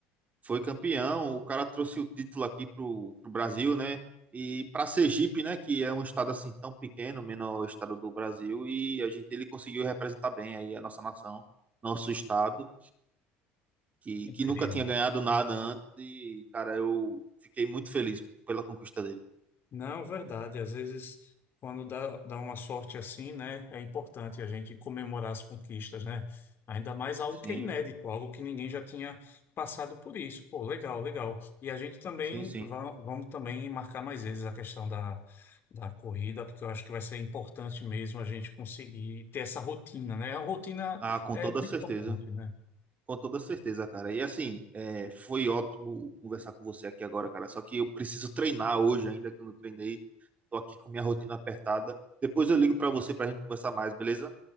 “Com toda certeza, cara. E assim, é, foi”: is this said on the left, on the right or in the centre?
Right